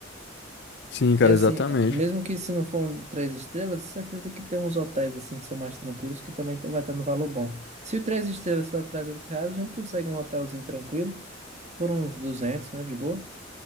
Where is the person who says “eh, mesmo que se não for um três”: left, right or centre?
Right